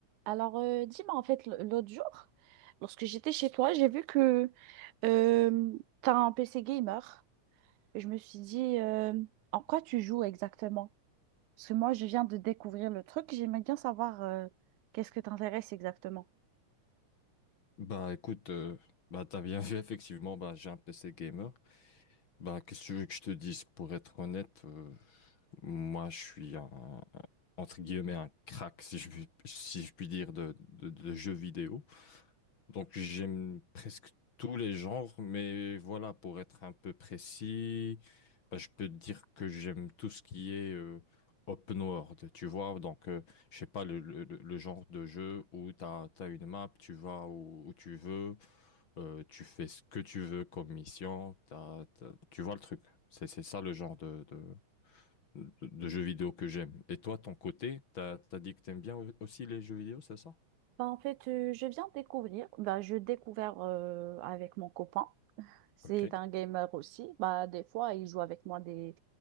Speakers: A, on the right; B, on the left.
A: Alors, euh, dis-moi, en fait, l- l'autre jour, lorsque j'étais chez toi, j'ai vu que euh, tu as un PC gamer. Et je me suis dit, euh, en quoi tu joues exactement? Parce que moi, je viens de découvrir le truc. J'aimerais bien savoir euh, qu'est-ce que t'intéresse exactement.
B: Bah écoute, euh, bah t'as bien vu <laughs> effectivement, bah j'ai un PC gamer. Bah qu'est-ce que tu veux que je te dise? Pour être honnête, euh, moi je suis un, un- entre guillemets un crack si je puis, si je puis dire de, de, de jeux vidéo. Donc j'aime presque tous les genres, mais voilà, pour être un peu précis, bah, je peux te dire que j'aime tout ce qui est euh, open world, tu vois. Donc euh, je sais pas le, le- le- le genre de jeu où tu as, une map, tu vas où, où tu veux, euh, tu fais ce que tu veux comme mission, t'as- t'as- tu vois le truc. C'est c'est ça le genre de, de, de, de jeu vidéo que j'aime. Et toi, ton côté, t'as, t'as dit que t'aimes bien au- aussi les jeux vidéo, c'est ça?
A: Bah, en fait, euh, je viens de découvrir. Bah, je découvert euh, avec mon copain. C'est
B: Ok.
A: un gamer aussi. Bah, des fois, il joue avec moi des,